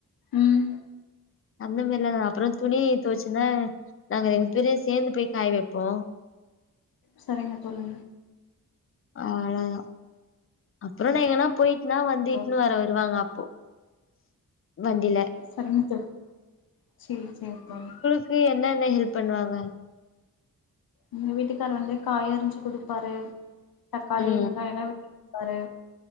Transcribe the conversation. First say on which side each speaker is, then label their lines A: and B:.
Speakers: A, on the left; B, on the left.
A: ம்
B: அந்த மாரிலா அப்ற துணி துவச்சன்னா நாங்க ரெண்டு பேரு சேர்ந்து போய் காய வப்போ
A: சரிங்க தோழி
B: அவ்ளோ தா அப்ற நா எங்கனா போய்ட்னா வந்து
A: தோழி
B: இட்டுனு வர வாங்க அப்போ வண்டில
A: சரிங்க தோழி சரி சரி தோழி
B: க்கு என்ன என்ன ஹெல்ப் பண்ணுவாங்க
A: உங்க வீட்டுக்காரு வந்து காய் அரிஞ்சு குடுப்பாரு தக்காளி
B: ம்
A: வெங்காய எல்லா வெட்டி குடுப்பாரு